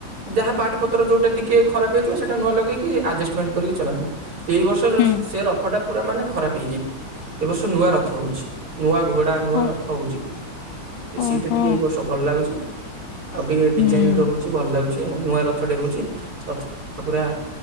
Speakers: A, on the right (about 75°); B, on the left (about 70°).
A: ଯାହା, ପାଟପତ୍ର ଯେଉଁଟା ଟିକେ ଖରାପ ହେଇଥିବ ସେଇା ନୂଆ ଲଗେଇକି ଆଜଷ୍ଟମେଣ୍ଟ କରିକି ଚଲାନ୍ତି। ଏଇ ବର୍ଷ
B: ହୁଁ
A: ସେ ରଥ ଟା ପୁରା ମାନେ ଖରାପ ହେଇଛି ଏ ବର୍ଷ ନୂଆ ରଥ ହଉଛି। ନୂଆ ଘୋଡା ନୂଆ
B: ଓ
A: ରଥ ହଉଛି
B: ଓହୋ
A: ସେଇଟା ଟିକେ ଏଇ ବର୍ଷ ଭଲ ଲାଗୁଛି ଆଉ ଟିକେ
B: ହୁଁ।
A: ଡିଜାଇନ ର ହଉଛି ଭଲ ଲାଗୁଛି ନୂଆ ରଥଟେ ହଉଛି ରଥ ପୁରା